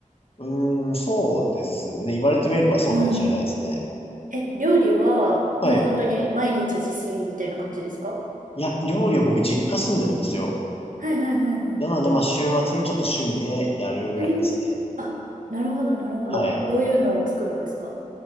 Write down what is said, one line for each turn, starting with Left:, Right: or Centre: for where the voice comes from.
Left: うーん、そうですね。言われてみればそうかもしれないですね。
Right: うん。え、料理はもう本当に毎日自炊みたいな感じですか
Left: はい。いや、料理は僕実家住んでるんですよ。
Right: はいはいはいはい。
Left: なので、まあ、週末にちょっと趣味でやるぐらいですね。
Right: うーん。あ、なるほどなるほど。
Left: はい。
Right: どういうのを作るんですか